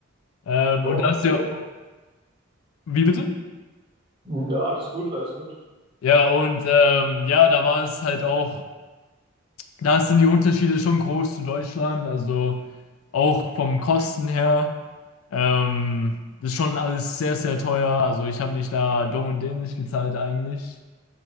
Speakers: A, on the left; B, on the right.
A: Ähm,
B: Ja,
A: und
B: okay.
A: das ja, wie bitte?
B: Ja, alles gut, alles gut.
A: Ja, und ähm, ja, da war es halt auch Da sind die Unterschiede schon groß zu Deutschland, also auch vom Kosten her. Ähm, das ist schon alles sehr, sehr teuer. Also ich habe mich da dumm und dämlich gezahlt eigentlich.